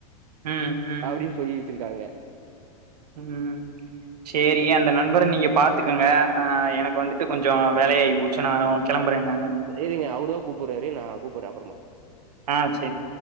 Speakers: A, on the right (about 85°); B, on the right (about 65°).
A: ம் ம்
B: அப்டின்னு சொல்லி வெச்சிருக்காங்க
A: ம் சேரிய
B: அது
A: அந்த நெனப் நண்பர நீங்க பாத்துக்கங்க ஆ எனக்கு வந்துட்டு கொஞ்சோ வேலையாகி போச்சு நா கெளம்பறே நான்னு
B: இருங்க அவரு தா கூப்புறாரு நா கூப்புறே அப்பறமா
A: ஆ சேரி